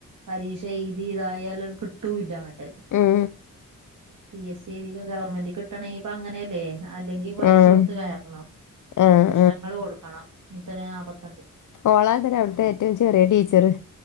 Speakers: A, on the right; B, on the left.
A: പരീക്ഷ എയ്തി ഇതായാലും കിട്ടൂല്ല അങ്ങട്ട്.
B: ഉം
A: പി എസ് സി എഴുതി ഗവൺമെന്റ് കിട്ടണെങ്കി പൊ അങ്ങനെയല്ലേ അല്ലെങ്കി പൈസ
B: ഉം
A: കൊടുത്ത് കേറണം.
B: ആഹ്
A: ലക്ഷങ്ങൾ കൊടുക്കണം ഇത്ര നാ ൽപ്
B: ഓളാ ത്രെ അവിടുത്തെ ഏറ്റവും ചെറിയ ടീച്ചറ്.